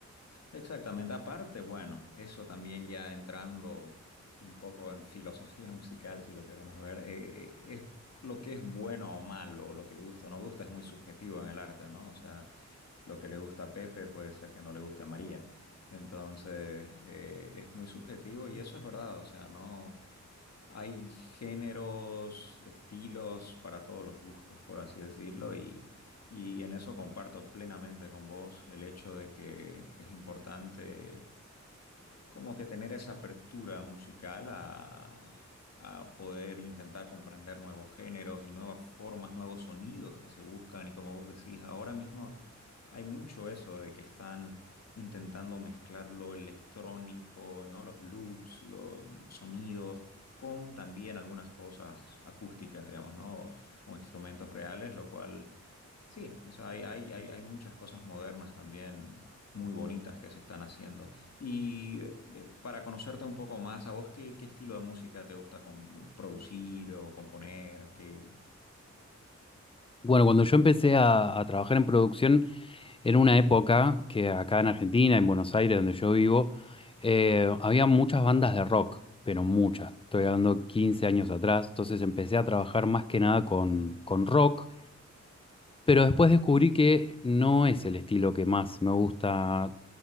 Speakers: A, on the left (about 60°); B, on the left (about 20°).
A: exactamente. Aparte, bueno, eso también ya entrando un poco en filosofía <laughs> musical, si lo queremos ver, eh, eh, es lo que es bueno o malo, lo que gusta o no gusta, es muy subjetivo en el arte, ¿no? O sea, lo que le gusta a Pepe puede ser que no le guste a María. Entonces, eh, es muy subjetivo y eso es verdad, o sea, no. Hay géneros, estilos para todos los gustos, por así decirlo, y, y en eso comparto plenamente con vos el hecho de que es importante como que tener esa apertura musical a, a poder intentar comprender nuevos géneros y nuevas formas, nuevos sonidos que se buscan. Y como vos decís, ahora mismo hay mucho eso de que están intentando mezclar lo electrónico, ¿no? Los loops, los sonidos. con también algunas cosas acústicas, digamos, ¿no? O, instrumentos reales, lo cual Sí, o sea, hay, hay, hay, hay muchas cosas modernas también muy bonitas que se están haciendo. Y eh, para conocerte un poco más, ¿a vos qué, qué estilo de música te gusta com- producir o componer? ¿Qué?
B: Bueno, cuando yo empecé a, a trabajar en producción, era una época que acá en Argentina, en Buenos Aires, donde yo vivo, eh, había muchas bandas de rock, pero muchas. Estoy hablando 15 años atrás, entonces empecé a trabajar más que nada con, con rock. Pero después descubrí que no es el estilo que más me gusta